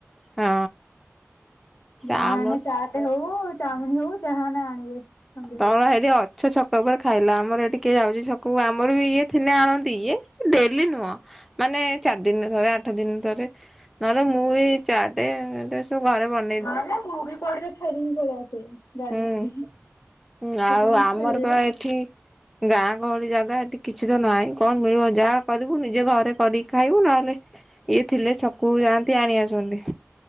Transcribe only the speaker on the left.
ଯାହେନେ
ଚାଟ୍ ହଉ ଚାଉମିନ୍ ହଉ ଯାହେନେ ଆଣିବେ। ସନ୍ଧ୍ୟାବେଳିଆ।
ହୁଁ।
ନହେଲେ ମୁଁ ବି <unintelligible> ଫେରିକି ପଳେଇ ଆସେଇ। ଗାଡି
ନେଇକି <unintelligible>
ଇଚ୍ଛା
ହୁଏ